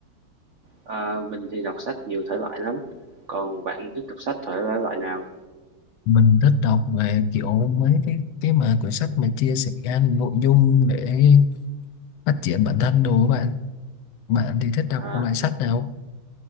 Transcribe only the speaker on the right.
Ờ, mình thì đọc sách nhiều thể loại lắm. Còn bạn thích đọc sách thể loại nào?
Ờ,